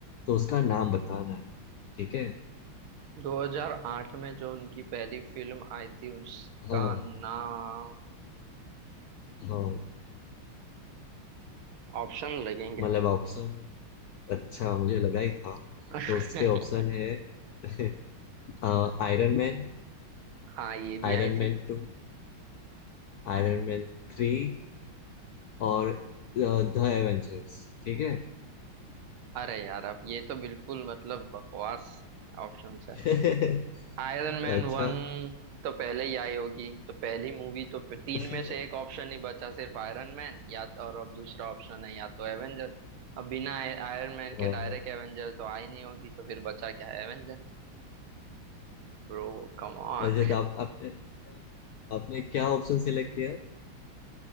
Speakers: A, on the left; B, on the right.
A: तो उसका नाम बताना है। ठीक है
B: 2008 में जो उनकी पहली फिल्म आई थी उसका
A: हाँ
B: नाम
A: हाँ
B: ऑप्शन लगेंगे
A: मतलब ऑप्शन अच्छा मुझे लगा ही था
B: <laughs>
A: तो उसके ऑप्शन है <laughs> iron Man
B: हाँ ये भी
A: Iron
B: आई थी
A: Man two Iron Man three और द एवेंजर्स ठीक है
B: अरे यार अब ये तो बिल्कुल मतलब बकवास ऑप्शन
A: <laughs>
B: आयरन मैन
A: अच्छा
B: वन तो पहले ही आई होगी तो पहली मूवी तो फिर तीन
A: <laughs>
B: में से एक ऑप्शन ही बचा सिर्फ आयरन मैन या तो और अब दूसरा ऑप्शन है या तो एवेंजर अब बिना आयरन मैन
A: हाँ
B: के डायरेक्ट
A: हाँ
B: एवेंजर तो आई नहीं होगी तो फिर बचा क्या Avenger Bro come on
A: अच्छा तो आप आपने आपने क्या ऑप्शन सिलेक्ट किया